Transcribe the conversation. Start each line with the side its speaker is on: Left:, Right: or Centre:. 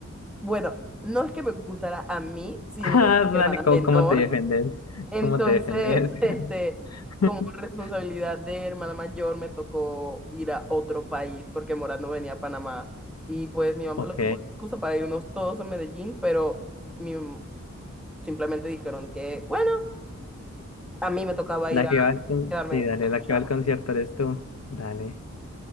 Centre: Bueno, no es que me gustara a mí, sino
Left: Ah,
Centre: a mi
Left: dale,
Centre: hermana menor.
Left: ¿cómo, cómo te defendes?
Centre: Entonces,
Left: ¿Cómo te defendes?
Centre: <laughs> este,
Left: <laughs>
Centre: como responsabilidad de hermana mayor, me tocó ir a otro país porque Morat no venía a Panamá. Y pues mi mamá
Left: Ok.
Centre: lo tomó de excusa para irnos todos a Medellín, pero mi- simplemente dijeron que, bueno, a mí me tocaba
Left: La
Centre: ir a
Left: que va al, con-
Centre: quedarme
Left: sí, dale,
Centre: a escuchar
Left: la que va
Centre: a
Left: al
Centre: Morat.
Left: concierto eres tú. Dale.